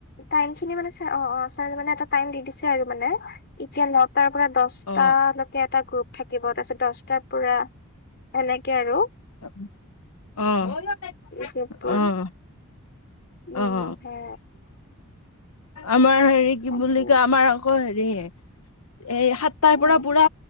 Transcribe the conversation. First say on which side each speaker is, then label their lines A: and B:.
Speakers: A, on the left; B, on the left.
A: টাইম খিনি মানে ছাৰ অ' অ' ছাৰে মানে এটা টাইম দি দিছে আৰু মানে এতিয়া নটাৰ পৰা দশ
B: অ
A: দশটা লৈকে এটা গ্ৰুপ থাকিব তাৰিছত দশটাৰ পৰা এনেকে আৰু।
B: অহ, অহ।
A: গ্ৰুপবোৰ উম
B: অহ,
A: হে
B: আমাৰ হেৰি কি
A: তাকে
B: বুলি কয় আমাৰ। কৰ হেৰি। এই সাতটাৰ
A: অ
B: পৰা পুৰা